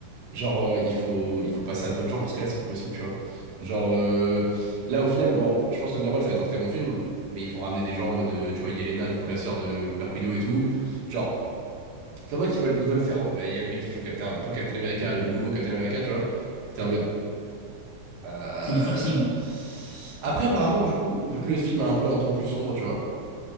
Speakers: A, on the right; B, on the left.
A: Genre, euh, il faut, il faut passer à d'autres gens, parce que là, c'est plus possible, tu vois. Genre, euh, là, au final, bon, je pense que Thunderbolt, ça va être un très bon film, mais il faut ramener des gens en mode, euh, tu vois, Yelena, du coup, la sœur de Black Widow et tout. Genre, ça voit qu'ils veulent, ils veulent faire. bah, Il y a le mec qui joue Captain, un peu Captain America, le nouveau Captain America, tu vois. C'était en mode. euh,
B: c'est du forcing.
A: Après, apparemment, du coup, vu que le film a un peu un ton plus sombre, tu vois,